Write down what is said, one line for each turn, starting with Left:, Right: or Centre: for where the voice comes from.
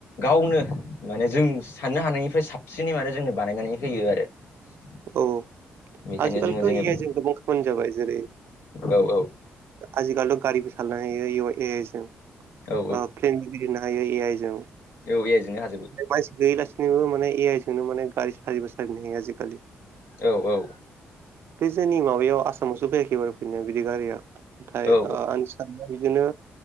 Left: गावनो माने जों साननो हानायनिफ्राय साबसिनै माने जोंनो बानायनानै होयो आरो। <unintelligible>
Right: औ औ।
Left: बेखायनो
Right: आजिखालिथ'
Left: जोङो
Right: इ
Left: जेनेबा
Right: आइ जों गोबां खामानि जाबाय जेरै
Left: औ औ
Right: आजिखालिथ' गारिबो थानो हायो ए ए आइ जों ओ
Left: औ
Right: प्लेनबो गेलेनो हायो ए आइ जों।
Left: औ ए आइ जोंनो हाजोबो
Right: मानसि गैयालासिनोबो माने ए आइ जोंनो माने गारि साबो सालायनो हायो आजिखालि।
Left: औ औ
Right: बे जोंनि माबायाव आसामावसो फैयाखै बारु फैनाया बिदि गारिया नाथाय
Left: औ
Right: ओ आंनि साना बिदिनो